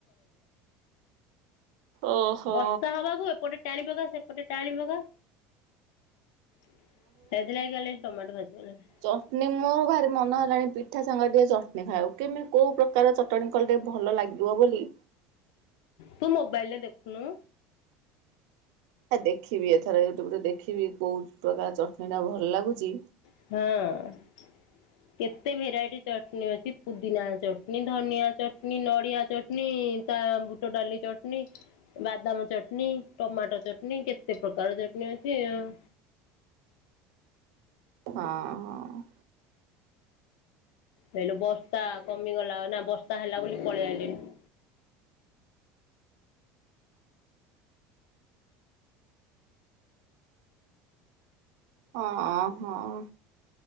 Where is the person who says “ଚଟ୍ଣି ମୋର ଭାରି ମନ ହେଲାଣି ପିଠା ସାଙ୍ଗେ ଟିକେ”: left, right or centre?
Right